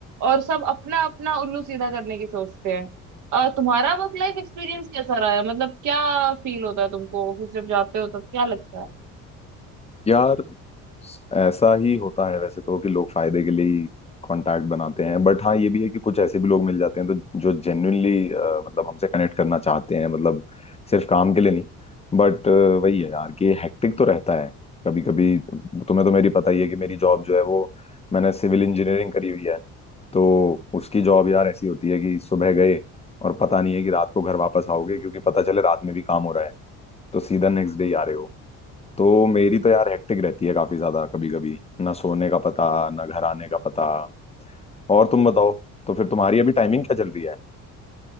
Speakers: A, on the right; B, on the left.
A: और सब अपना अपना उल्लू सीधा करने की सोचते हैं अ, तुम्हारा वर्क लाइफ एक्सपीरियंस कैसा रहा है मतलब क्या फील होता है तुमको ऑफिस जब जाते हो तब क्या लगता है
B: यार ऐसा ही होता है वैसे तो कि लोग फायदे के लिए ही कांटेक्ट बनाते हैं बट हाँ ये भी है कि कुछ ऐसे भी लोग मिल जाते हैं तो जो जेन्युइनली मतलब हमसे कनेक्ट करना चाहते हैं मतलब सिर्फ काम के लिए नहीं बट वही है यार कि हेक्टिक तो रहता है कभी कभी तुम्हें तो मेरी पता ही है कि मेरी जॉब जो है वो मैंने सिविल इंजीनियरिंग करी हुई है तो उसकी जॉब यार ऐसी होती है कि सुबह गए और पता नहीं है कि रात को घर वापस आओगे क्योंकि पता चले रात में भी काम हो रहा है तो सीधा नेक्स्ट डे ही आ रहे हो तो मेरी तो यार हेक्टिक रहती है काफी ज्यादा कभी कभी ना सोने का पता ना घर आने का पता और तुम बताओ तो फिर तुम्हारी अभी टाइमिंग क्या चल रही है